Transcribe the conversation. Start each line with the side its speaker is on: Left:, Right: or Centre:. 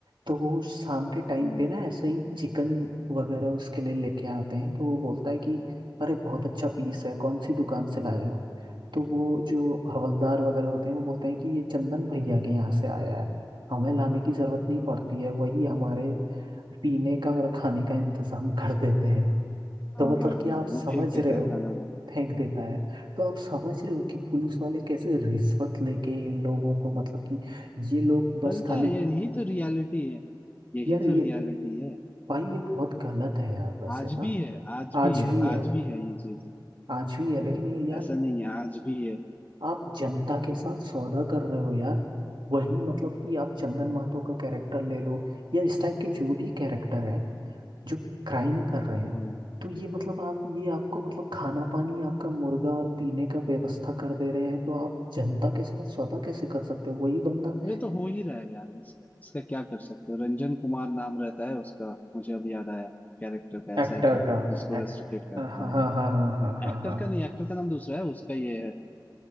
Right: तो वो शाम के टाइम
Left: हम्म
Right: पे ना ऐसे ही चिकन वगैरह उसके लिए लेके आते हैं तो वो बोलता है कि अरे बहुत अच्छा पीस है कौन सी दुकान से लाए हो तो वो जो हवलदार वगैरह होते हैं वो बोलते हैं कि ये चंदन भैया के यहाँ से आया है हमें लाने की जरूरत नहीं पड़ती है वही हमारे पीने का और खाने का इंतजाम कर देते हैं तो
Left: हाँ
Right: मतलब
Left: हाँ
Right: कि
Left: हाँ
Right: आप समझ
Left: वो फेंक देता
Right: रहे हो
Left: है खाना वो
Right: फेंक देता है तो आप समझ रहे हो कि पुलिस वाले कैसे रिश्वत लेके इन लोगों को मतलब कि ये लोग बस
Left: चलता
Right: खाली
Left: है यही तो रियलिटी है यही
Right: यार ये
Left: तो रियलिटी है
Right: भाई ये बहुत गलत है यार वैसे
Left: आज
Right: ना
Left: भी है आज भी
Right: आज
Left: है
Right: भी है
Left: आज भी है ये चीज
Right: आज भी है लेकिन ये यार
Left: ऐसा नहीं है आज भी है
Right: आप जनता के साथ सौदा कर रहे हो यार वही मतलब कि आप चंदन माथुर का कैरेक्टर ले लो या इस टाइप के जो भी कैरेक्टर है जो क्राइम कर रहे हैं
Left: हम्म।
Right: तो ये मतलब आप ये आपको मतलब खाना पानी आपका मुर्गा और पीने का व्यवस्था कर दे रहे हैं तो आप जनता के साथ सौदा कैसे कर सकते हो वही बंदा
Left: अरे तो हो ही रहा है यार इसका इसका क्या कर सकते हो रंजन कुमार नाम रहता है उसका मुझे अब याद आया कैरेक्टर का
Right: एक्टर
Left: एसआई का
Right: का
Left: जिसको
Right: एक्ट
Left: रेस्ट्रिकेट कर
Right: हाँ हाँ
Left: हाँ
Right: हाँ हाँ हाँ हाँ हाँ
Left: एक्टर
Right: हाँ।
Left: का नहीं एक्टर का नाम दूसरा है उसका ये है